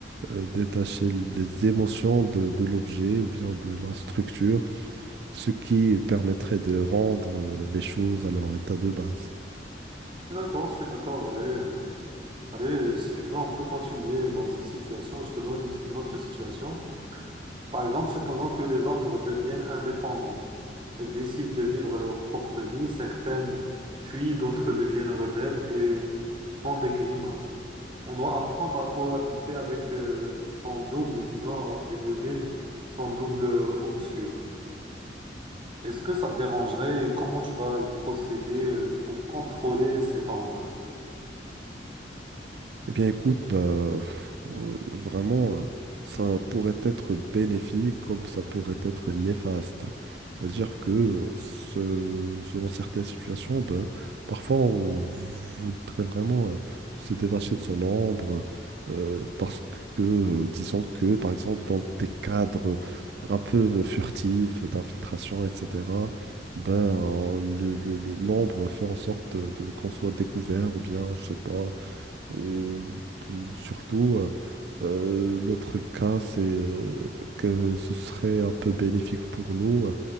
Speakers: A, on the right (about 60°); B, on the right (about 30°).
A: euh, détacher les émotions de, de l'objet ou bien de la structure ce qui permettrait de rendre euh, les choses à leur état de base.
B: d'accord, je suis d'accord. Allez, euh, allez, si tu veux, on peut continuer dans ces situations. Je te donne une une autre situation. Par exemple, supposons que les ombres deviennent indépendantes. Elles décident de vivre leur propre vie, certaines fuient, d'autres deviennent rebelles et font des grimaces. On doit apprendre à cohabiter avec euh, son double, disons entre guillemets, son double euh, obscur. Est-ce que ça te dérangerait et comment tu vas y procéder euh, pour contrôler cette ombre?
A: Eh bien, écoute, bah, euh, vraiment, euh, ça pourrait être bénéfique comme ça pourrait être néfaste. C'est-à-dire que euh, ce- selon certaines situations, bah, parfois on voudrait vraiment euh, se détacher de son ombre euh, parce que, euh, disons que, par exemple, dans des cadres un peu furtifs d'infiltration, etc., ben, euh, le, le- le- l'ombre fait en sorte de, de- qu'on soit découvert ou bien, je sais pas euh, surtout, euh, euh, l'autre cas, c'est euh, que ce serait un peu bénéfique pour nous euh,